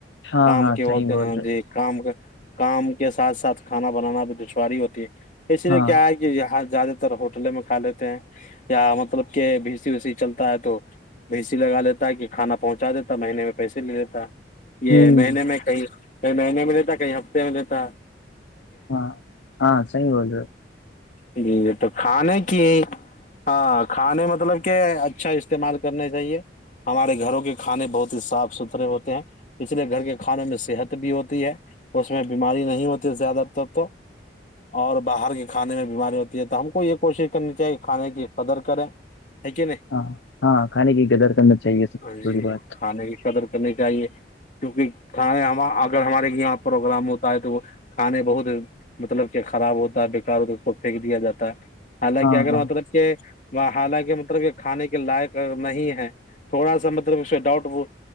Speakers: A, on the left; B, on the left.
A: ہاں
B: کام
A: ہاں
B: کے وقت
A: صحیح بول رہے
B: جی کام کا کام کے ساتھ ساتھ کھانا بنانا بھی دشواری ہوتی ہے اس لیے
A: ہاں
B: کیا ہے کہ جاز زیادہ تر ہوٹلے میں کھا لیتے ہیں یا مطلب کہ بھیسی ویسی چلتا ہے تو بھیسیی لگا لیتا ہے کہ کھانا پہنچا دیتا ہے مہینے میں پیسے لے لیتا یہ
A: ہوں
B: مہینے میں کہیں کئی مہینے میں لیتا کئی ہفتے میں دیتا
A: ہاں ہاں صی بول رہے ہو
B: ج یہ تو کھانے کی ہاں کھانے مطلب کہ اچھا استعمال کرنا چاہیے ہمارے گھروں کے کھانے بہت ہی صاف ستھرے ہوتے ہیں اس لیے گھر کے کھانوں میں صحت بھی ہوتی ہے اس میں بیماری نہیں ہوتی زیادہ تر تو اور باہر کے کھانے میں بیماری ہوتی ہے تو ہم کو یہ کوشش کرنی چاہیے کہ کھانے کی قدر کریں ہے کیا نہیں
A: ہاں ہاں کھانے کی قدر کرنا چاہیے سب سے
B: جی
A: بڑی بات
B: کھانے کی قدر تو نہیں چاہیے کیونکہ کھانے ہم آگ اگر ہمارے یہاں پروگرام ہوتا ہے تو وہ کھانے بہت مطلب کہ خراب ہوتا ہے بیکار ہوتا ہے اس کو پھینک دیا جاتا ہے حالانکہ
A: ہاں
B: اگر
A: ہاں
B: مطلب کہ وہ حالانکہ مطلب یہ کھانے کے لائق نہیں ہے تھوڑا سا مطلب اس ڈاؤٹ و